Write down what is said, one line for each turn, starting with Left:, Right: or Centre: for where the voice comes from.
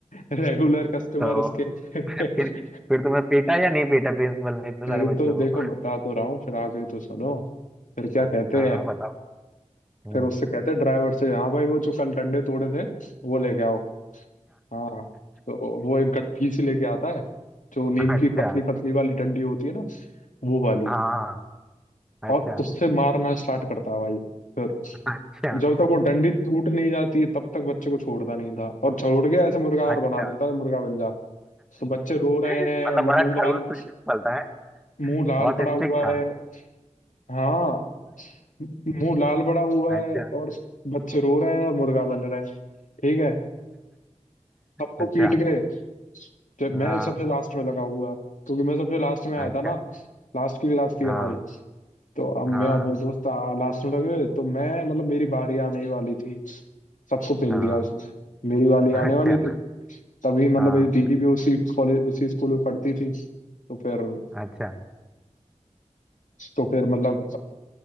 Left: रेगुलर कस्टमर
Centre: तो
Left: उसके
Centre: फिर
Left: <laughs>
Centre: फिर तुम्हें पीटा या नहीं पीटा प्रिंसिपल ने इतने सारे
Left: फिर
Centre: बच्चों
Left: तो देखो
Centre: को
Left: बता तो रहा हूँ फिर आगे तो सुनो फिर क्या
Centre: हाँ
Left: कहते
Centre: हाँ
Left: हैं
Centre: हाँ, बताओ हम्म
Left: फिर उससे कहते हैं ड्राइवर से हाँ भाई वो जो कल डंडे तोड़े थे वो लेके आओ हाँ तो वो एक गट्ठी से लेके आता है जो नीम
Centre: अच्छा अच्छा
Left: की पतली पतली वाली डंडी होती है ना वो वाली
Centre: हाँ हाँ, अच्छा
Left: और उससे मारना स्टार्ट करता है भाई फिर
Centre: अच्छा
Left: और जब तक वो डंडी टूट नहीं जाती है तब तक बच्चे को छोड़ता नहीं था और छोड़ के ऐसे मुर्गा और
Centre: अच्छा
Left: बना देता है मुर्गा बन जा तो बच्चे रो रहे हैं
Centre: मतलब
Left: ल-
Centre: बड़ा
Left: मुंह
Centre: खड़ूस
Left: लाल
Centre: प्रिंसिपल था है
Left: मुंह लाल
Centre: बहुत
Left: पड़ा
Centre: स्ट्रिक्ट
Left: हुआ
Centre: था
Left: है हाँ मुंह लाल पड़ा हुआ
Centre: अच्छा
Left: है और बच्चे रो रहे हैं और मुर्गा बन रहे हैं ठीक है सबको
Centre: अच्छा
Left: पीट के जब
Centre: हाँ
Left: मैं सबसे लास्ट में लगा हुआ क्योंकि मैं सबसे लास्ट में
Centre: अच्छा
Left: आया था ना लास्ट की क्लास थी
Centre: हाँ
Left: हमारी तो अब मैं
Centre: हाँ
Left: और मेरे दोस्त लास्ट में लगे तो मैं मतलब मेरी बारी आने ही वाली थी सबको पेल
Centre: हाँ
Left: दिया उसने मेरी वाली
Centre: अच्छा
Left: आने वाली थी तभी मतलब
Centre: हाँ
Left: मेरी दीदी भी उसी कॉलेज उसी स्कूल में पढ़ती थी तो फिर
Centre: अच्छा
Left: तो फिर मतलब